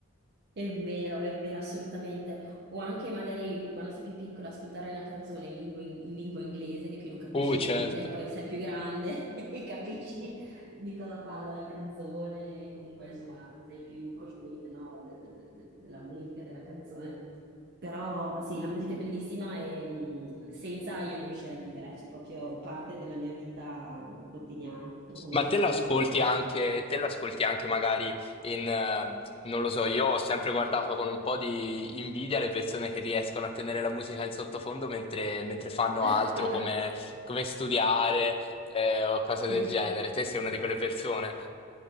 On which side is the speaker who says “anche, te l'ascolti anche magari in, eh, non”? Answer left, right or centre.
Left